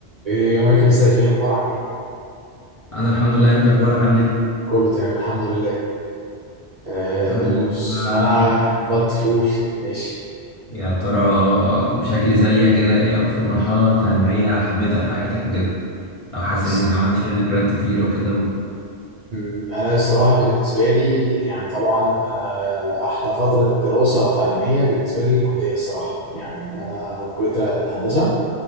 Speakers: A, on the right (about 55°); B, on the left (about 45°).
A: ايه يا مايكل ازيك ايه الاخبار عامل ايه
B: انا الحمد لله انت اخبارك عامل ايه
A: كله تمام الحمد لله آه
B: قول
A: بص
B: لي بقى
A: انا اتفضل قول ماشي
B: يا ترى بشكل سريع كده ايه اكتر مرحله تعليميه حبيتها في حياتك وكده او حاسس
A: س-
B: ان عملت فيها ذكريات كتير او كده
A: م، انا الصراحه بالنسبه لي يعني طبعا انا احلى فتره دراسه او تعليميه بالنسبه لي الكليه الصراحه يعني انا كليه الهندسه